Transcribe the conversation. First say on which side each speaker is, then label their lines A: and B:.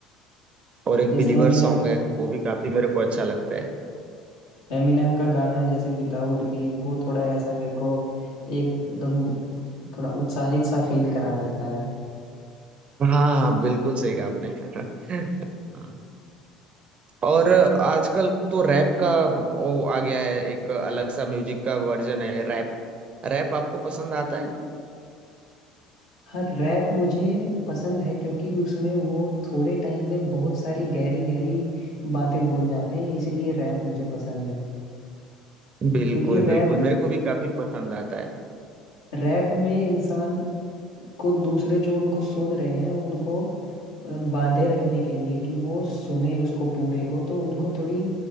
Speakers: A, on the right; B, on the left.
A: और एक
B: जैसे
A: बिलीवर
B: एमिनेम
A: सॉन्ग है वो भी काफी मेरे को अच्छा लगता है
B: एमिनेम का गाना है जैसे विदाउट मी वो थोड़ा ऐसा मेरे को एकदम थोड़ा उत्साहित सा फील करा देता है
A: हाँ हाँ बिल्कुल सही कहा आपने <laughs> हाँ। और आजकल तो रैप का वो आ गया है एक अलग सा म्यूजिक का वर्जन है रैप रैप आपको पसंद आता है
B: हर रैप मुझे पसंद है क्योंकि उसमें वो थोड़े टाइम में बहुत सारी गहरी गहरी बातें बोल जाते हैं इसीलिए रैप मुझे पसंद है
A: बिल्कुल
B: क्योंकि
A: बिल्कुल
B: रैप
A: मेरे को भी काफी पसंद आता है
B: रैप में इंसान को दूसरे जो उनको सुन रहे हैं उनको बांधे रखने के लिए कि वो सुने उसको पूरे को तो उनको थोड़ी